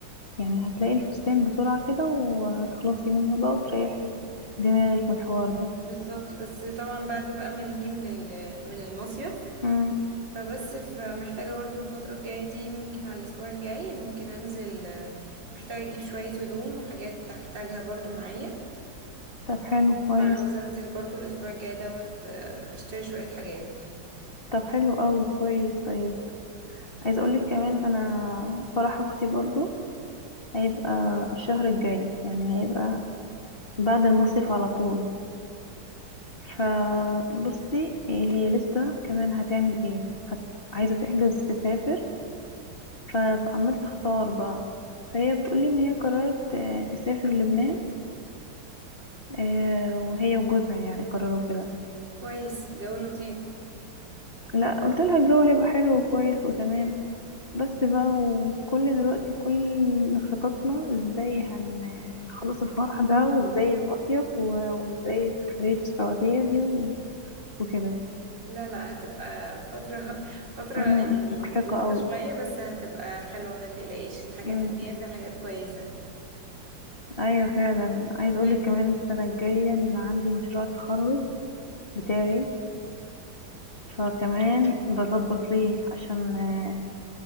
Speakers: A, on the left (about 30°); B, on the right (about 60°).
A: يعني هتلاقي الفستان بسرعة كده وهتخلصي منه بقى وتريحي دماغك من الحوار ده
B: بالظبط بس طبعا بعد بقى ما نيجي من ال- من المصيف
A: امم
B: فبس محتاجة برضو الفترة الجاية دي ممكن على الأسبوع الجاي ممكن أنزل آه، محتاجة أجيب شوية هدوم وحاجات هحتاجها برضو معايا
A: طب حلو كويس
B: فعاوزة انزل برضو الاسبوع الجاي دوت آه، اشتري شوية حاجات
A: طب حلو قوي كويس طيب عايزة اقولك كمان انا فرح اختي برضو هيبقى الشهر الجاي يعني هيبقى بعد المصيف على طول فبصي إيه هي لسه كمان هتعمل ايه هت... عايزة تحجز تسافر فعمال تختار بقى فهي بتقولي ان هي قررت آه، تسافر لبنان آه، وهي وجوزها يعني قرروا كده
B: كويس جو لطيف
A: لا قلت لها الجو هيبقى حلو وكويس وتمام بس بقى وكل دلوقتي كل خططنا ازاي هنخلص الفرح ده وازاي المصيف و- وازاي سفرية السعودية دي وكده
B: لا لا هتبقى فترة <laughs> فترة
A: أمم،
B: يعني
A: مرهقة
B: مضغوطة
A: قوي
B: شوية بس هتبقى حلوة ما تقلقيش الحاجات
A: أمم،
B: اللي جاية فيها حاجات كويسة
A: أيوة فعلا عايز أقولك
B: طيب
A: كمان السنة الجاية إن عندي مشروع التخرج بتاعي فكمان بظبط ليه عشان آه،